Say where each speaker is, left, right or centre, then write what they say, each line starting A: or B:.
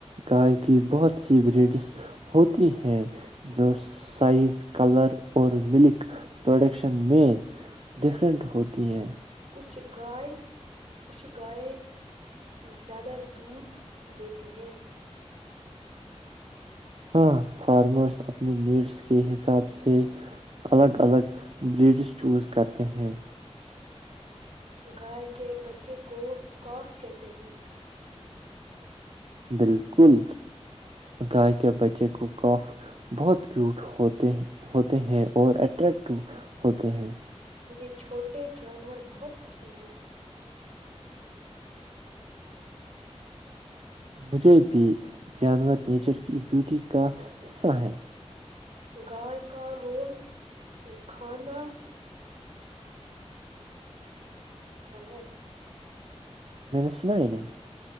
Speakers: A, on the right; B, on the right.
A: گائے کی بہت سی بریڈس ہوتی ہیں جو سائز کلر اور ملک پروڈکشن میں ڈفرینٹ ہوتی ہیں
B: کچھ گائے کچھ گائیں زیادہ دودھ دیتی ہیں
A: ہاں فارمرز اپنی نیڈس کے حساب سے الگ الگ بریڈس چوز کرتے ہیں
B: گائے کے بچے کو خوف کہتے ہیں
A: بالکل گائے کے بچے کو کوف بہت کیوٹ ہوتے ہیں ہوتے ہیں اور اٹریکٹو ہوتے ہیں
B: مجھے چھوٹے جانور بہت پسند ہیں
A: مجھے بھی جانور نیچر کی بیوٹی کا حصہ ہے
B: گائے کا رول کھانا ہوتا ہے
A: م نے سنا نہیں